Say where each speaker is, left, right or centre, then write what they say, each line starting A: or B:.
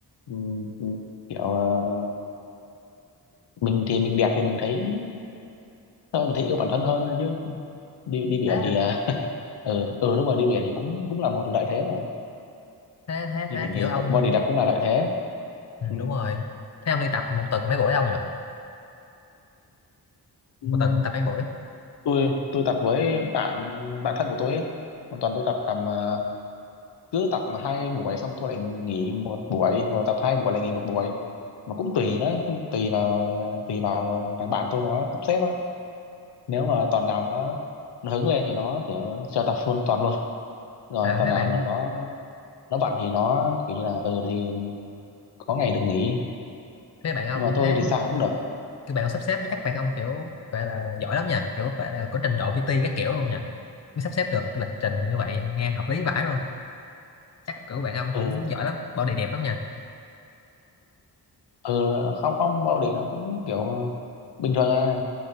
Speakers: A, on the left; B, on the left.
A: ừ, ừ, kiểu ờ, mình thì mình đẹp thì mình thấy thôi mình thấy yêu bản thân hơn thôi chứ đi đi biển
B: Thế à,
A: thì ờ, <laughs> ừ ừ đúng rồi đi biển thì cũng cũng là một lợi thế mà
B: thế thế
A: đi
B: thế
A: biển
B: kiểu
A: thì
B: ông
A: body đẹp cũng là lợi thế
B: ừ,
A: ừ.
B: đúng rồi. Thế ông đi tập một tuần mấy buổi ông nhỉ?
A: Ừ,
B: Một tuần ông tập mấy buổi?
A: tôi tôi tập với bạn bạn thân của tôi ấy. một tuần tôi tập tầm ờ, cứ tập hai buổi xong tôi lại nghỉ một buổi rồi tập hai buổi lại nghỉ một buổi mà cũng tùy nó tùy vào ờ, tùy vào thằng bạn tôi nó sắp xếp á nếu mà tuần nào nó nó hứng lên thì nó kiểu cho tập full tuần luôn rồi
B: À
A: tuần
B: thế
A: nào
B: bạn
A: mà nó nó bận thì nó kiểu như là ừ thì có ngày được nghỉ
B: thế bạn ông
A: nhưng mà tôi
B: thế
A: thì sao cũng được
B: các bạn sắp xếp thì chắc bạn không kiểu vậy là giỏi lắm nha kiểu phải là có trình độ PT các kiểu luôn nha mới sắp xếp được lịch trình như vậy nghe hợp lý vãi luôn chắc kiểu bạn ông
A: ừ
B: cũng giỏi lắm body đẹp lắm nha
A: ừ không không bao đỉ nó cũng kiểu bình thường à,